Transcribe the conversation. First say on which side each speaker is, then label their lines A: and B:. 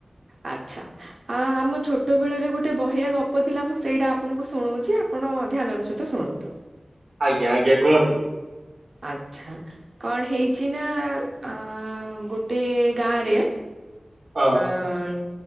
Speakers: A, on the right; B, on the right.
A: ଆଚ୍ଛା ଆ ଆମ ଛୋଟ ବେଳରେ ଗୋଟେ ବହିରେ ଗପ ଥିଲା ମୁଁ ସେଇଟା ଆପଣଙ୍କୁ ଶୁଣଉଛି ଆପଣ ଧ୍ୟାନ ର ସହିତ ଶୁଣନ୍ତୁ
B: ଆଜ୍ଞା ଆଜ୍ଞା କୁହନ୍ତୁ
A: ଆଚ୍ଛା କଣ ହେଇଚି ନା ଅ ଗୋଟେ ଗାଁରେ
B: ହଁ
A: ହଁ